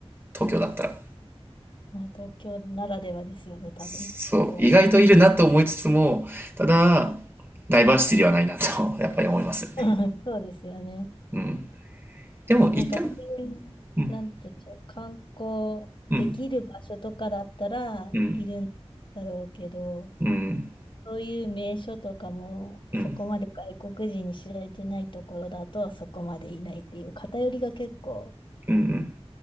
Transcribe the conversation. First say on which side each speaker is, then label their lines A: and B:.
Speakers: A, on the right; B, on the left.
A: 東京だったら。
B: まあ東京ならではですよね、多分。
A: そう、
B: うん
A: 意外といるなと思いつつも、ただ、ダイバーシティではないなと <laughs> やっぱり思いますよね。
B: <laughs> そうですよね。
A: うん。でも、言っても、
B: なんか、そういう、
A: うん、
B: なんていうんでしょう、観光できる場所とかだったらいるんだろうけど、
A: うん、うん、うん、
B: そういう名所とかも、
A: うん、
B: そこまで外国人に知られてないところだと、そこまでいないっていう、偏りが結構
A: うん、うん